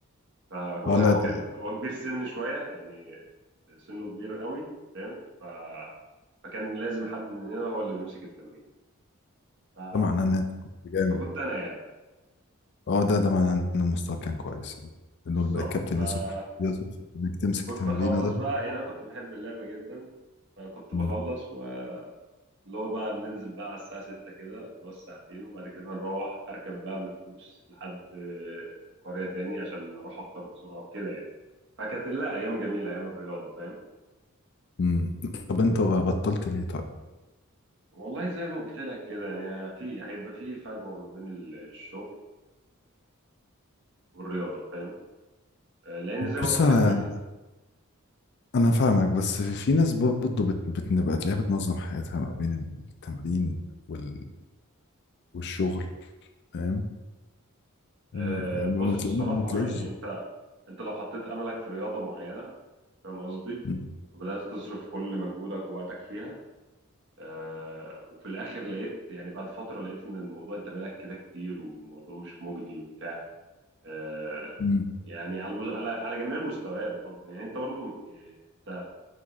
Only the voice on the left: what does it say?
اه
لا
ده
ده معناه ان انت كنت جامد
اه ده ده معناه ان المستوى كان كويس يعني
انه الب- الكابتن
يثق في- يثق في انك تمسك
تمرينه ده
امم
امم طب انت بطلت ليه طيب
بص
انا
انا فاهمك بس في ناس برضه بت... بتبقى تلاقيها بتنظم حياتها ما بين التمرين وال... والشغل فاهم
آه، آه،
ما بتلاقيهم
ما بتلاقيش
مم.
مم.